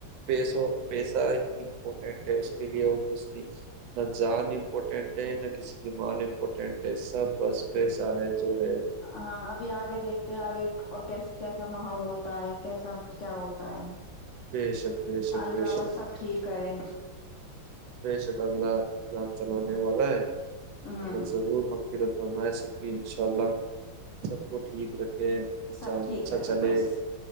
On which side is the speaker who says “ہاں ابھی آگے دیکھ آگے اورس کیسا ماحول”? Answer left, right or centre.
Left